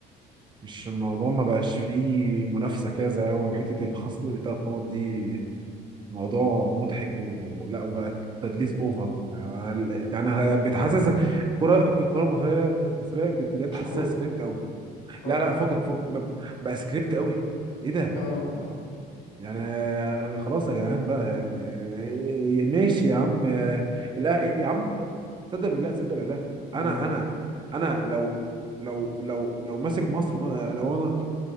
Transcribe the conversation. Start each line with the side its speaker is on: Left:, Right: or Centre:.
Right: مش الموضوع ما بقاش فيه منافسه كده زي الاول وحته الخصم الثلاث نقط دي موضوع مضحك ولا وبقى تدليس اوفر يعني يعني بتحسس الكره الكره المصريه المصريه بجد
Left: مش
Right: حاسسها
Left: كورة
Right: سكريبت قوي
Left: اه
Right: لا لا فكك فك بقى سكريبت قوي ايه ده
Left: اه
Right: يعني آه، خلاص يا جدعان بقى يعني آه، آه، ماشي يا عم آه، لا يا عم تصدق بالله تصدق بالله انا
Left: لا
Right: انا
Left: لا
Right: انا لو لو لو لو ماسك مصر ما- لو انا